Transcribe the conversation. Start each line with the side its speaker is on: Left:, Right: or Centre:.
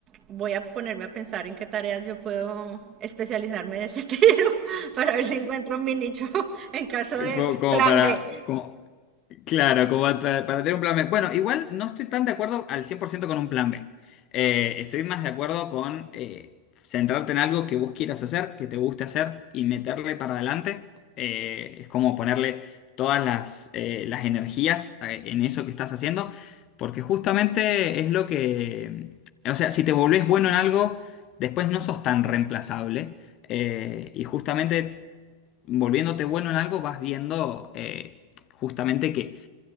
Right: voy a ponerme a pensar en qué tareas yo puedo especializarme de ese estilo <laughs> para ver si encuentro mi nicho <laughs> en caso de
Left: co- Como,
Right: plan
Left: para...
Right: B.
Left: como- Claro, como para, para tener un plan B. Bueno, igual no estoy tan de acuerdo al 100% con un plan B. Eh, estoy más de acuerdo con eh, centrarte en algo que vos quieras hacer, que te guste hacer y meterle para adelante. Eh, es como ponerle todas las, eh, las energías eh, en eso que estás haciendo, porque justamente es lo que... O sea, si te volvés bueno en algo, después no sos tan reemplazable. Eh, y justamente volviéndote bueno en algo, vas viendo... eh, justamente que